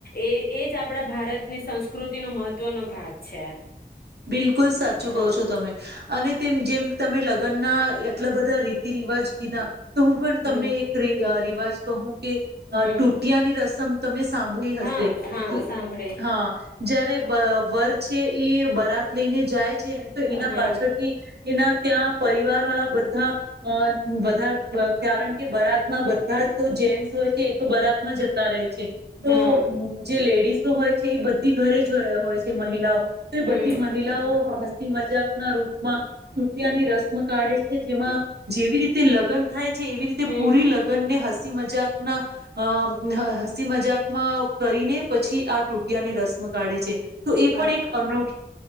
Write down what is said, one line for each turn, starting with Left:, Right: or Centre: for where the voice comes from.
Left: એ એજ આપણા ભારતની સંસ્કૃતિનો મહત્વનો ભાગ છે.
Right: બિલકુલ. ખૂબ જ સાચું
Left: હા
Right: કહો છો તમે અને તેમ જેમ તમે લગ્નના એટલા બધા રીતિ રિવાજ કીધા તો હું પણ
Left: હમ
Right: તમને એક રીવ-રિવા <unintelligible> તો હું કે-અ
Left: હમ
Right: ટુટીયાની રસમ તમે સ <unintelligible> હસે
Left: હા હા
Right: કી
Left: સાંભળે
Right: હા. જ્યારે <unintelligible> છે એઈ <unintelligible> લઈને જાય <inaudible> તો ઇના
Left: હા
Right: પાછળથી ઇના ત્યાં પરિવાર વાળા બધા અ-વધાર-વ કારણ કે બરાતમાં બધા તો જેન્ટસ હોય છે એ તો બરાત માં જતા રહે છે. <unintelligible> તો
Left: હા
Right: હું જે લેડીઝ તો હોય છે એ બ ઘરે જોયા હોય છે મહિલાઓ ત-એ
Left: હમ
Right: બ <unintelligible> મહિલાઓ હ-હ. <unintelligible> મજાક ના રૂપમાં ટુટિયાની રસ્મ કાઢે છે જેમાં જેવી રીતે લગન થાય. <unintelligible> એવી રીતે
Left: હમ
Right: પૂરી લગન ને હસ સી મજાક ના અ હ-હ-હસી મજાકમાં કરીને પછી આ ટુટિયાની રસ્મ કાઢે છે તો એ પણ
Left: અચ્છા
Right: એક અનુ